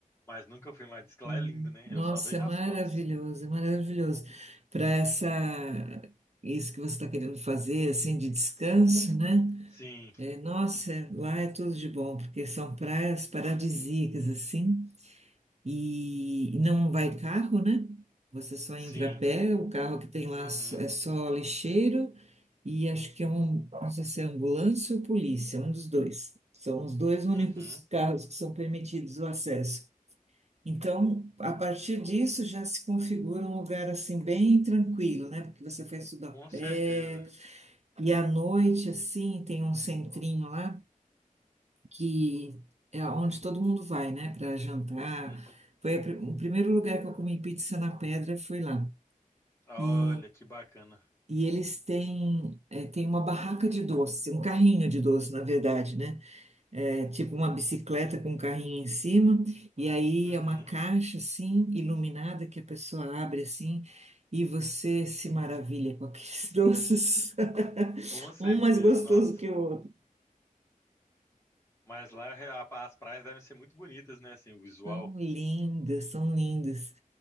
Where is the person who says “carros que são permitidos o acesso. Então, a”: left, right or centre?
Right